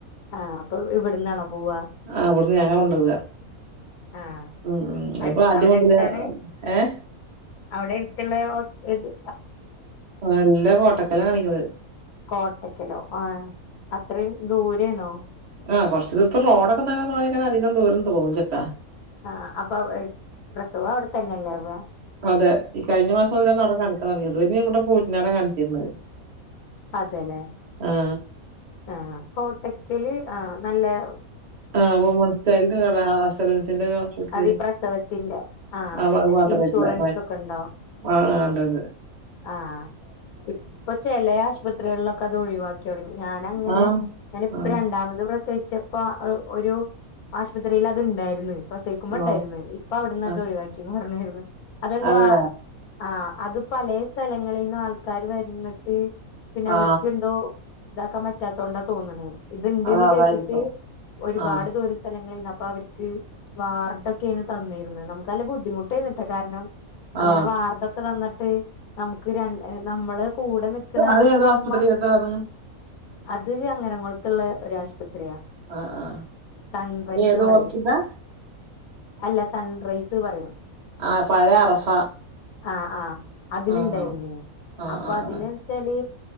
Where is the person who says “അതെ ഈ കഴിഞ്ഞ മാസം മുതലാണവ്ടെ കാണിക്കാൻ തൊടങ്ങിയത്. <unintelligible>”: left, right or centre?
Right